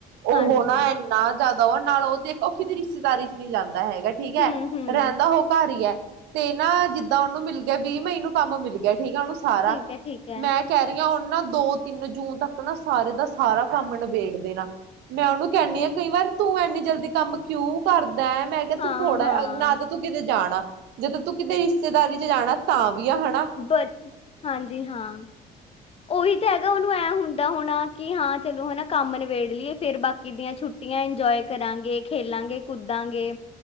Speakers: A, on the right; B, on the left.
A: ਓਹੋ
B: ਹਾਂਜੀ
A: ਨਾਂ ਇੰਨਾ ਜ਼ਿਆਦਾ ਓ ਨਾਲ ਓ ਦੇਖ ਓ ਕਿਤੇ ਰਿਸ਼ਤੇਦਾਰੀ ਚ ਨਈਂ ਜਾਂਦਾ ਹੈਗਾ। ਠੀਕ ਐ।
B: ਹੂੰ ਹੂੰ
A: ਰੈਂਦਾ ਓ ਘਰ ਈ ਐ। ਤੇ ਨਾਂ ਜਿੱਦਾਂ ਓਨੂੰ ਮਿਲ ਗਿਆ ਵੀਹ ਮਈ ਨੂੰ ਕੰਮ ਮਿਲ ਗਿਆ ਠੀਕ ਐ ਓਨੂੰ ਸਾਰਾ।
B: ਠੀਕ ਠੀਕ ਐ।
A: ਮੈਂ ਕੈਅ ਰੀ ਆਂ ਉਣ ਨਾਂ ਦੋ-ਤਿੰਨ ਜੂਨ ਤੱਕ ਨਾ ਸਾਰੇ ਦਾ ਸਾਰਾ ਕੰਮ ਨਬੇੜ ਮੈਂ ਓਨੂੰ ਕੈਣੀ
B: ਨਹੀਂ
A: ਆਂ ਕਈ ਵਾਰ ਤੂੰ ਇੰਨੀ ਜਲਦੀ ਕੰਮ ਕਿਉਂ ਕਰਦੈ, ਮੈਂ ਤੇ ਤੂੰ
B: ਹਾਂ
A: ਥੋੜਾ
B: ਹਾਂ
A: ਨਾਂ ਤਾਂ ਤੂੰ ਕਿਤੇ ਜਾਣਾ, ਜਦੋਂ ਤੂੰ ਕਿਤੇ ਰਿਸ਼ਤੇਦਾਰੀ ਚ ਜਾਣਾ ਤਾਂ ਵੀ ਆ, ਹਨਾਂ।
B: ਬਟ, ਹਾਂਜੀ ਹਾਂ। ਓਹੀ ਤਾਂ ਹੈਗਾ ਓਨੂੰ ਐਂ ਹੁੰਦਾ ਹੋਣਾ ਕਿ ਹਾਂ ਚਲੋ ਹਨਾਂ ਕੰਮ ਨਿਬੇੜ ਲਈਏ ਫੇਰ ਬਾਕੀ ਦੀਆਂ ਛੁੱਟ ਛੁੱਟੀਆਂ ਇੰਜੋਏ ਕਰਾਂਗੇ, ਖੇਲਾਂਗੇ, ਕੁਦਾਂਗੇ।